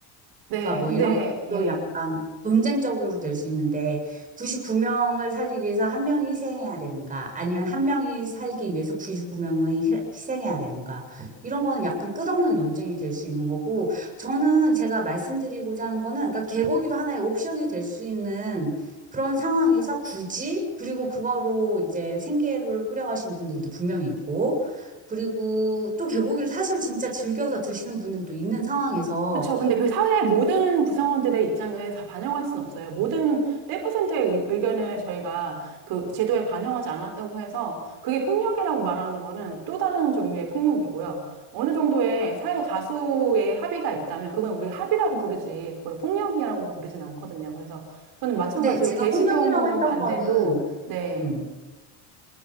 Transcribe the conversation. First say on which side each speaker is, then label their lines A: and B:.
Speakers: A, on the right; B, on the right.
A: 네,
B: 그러니까 뭐
A: 근데,
B: 이런 것도
A: 예.
B: 약간 논쟁적으로 될 수 있는데 99명을 살리기 위해서 한 명이 희생해야 되는가 아니면 한 명이 살기 위해서 99명이 희생해야 되는가 이런 거는 약간 끝없는 논쟁이 될 수 있는 거고 저는 제가 말씀드리고자 하는 거는 그러니까 개고기도 하나의 옵션이 될 수 있는 그런 상황에서 굳이 그리고 그거로 이제 생계를 꾸려가시는 분들도 분명히 있고 그리고 또 개고기를 사실 진짜 즐겨서 드시는 분들도 있는 상황에서
A: 그렇죠. 근데 그 사회 모든 구성원들의 입장을 다 반영할 수는 없어요. 모든 1%의 의- 의견을 저희가 그 제도에 반영하지 않았다고 해서 그게 폭력이라고 말하는 거는 또 다른 종류의 폭력이고요. 어느 정도의 사회 다수의 합의가 있다면 그건 우리 합의라고 부르지 그걸 폭력이라고 부르진 않거든요. 그래서 저는 마찬가지로
B: 근데 제가
A: 개식용
B: 폭력이라고 했던
A: 반대도
B: 거는,
A: 네,
B: 음,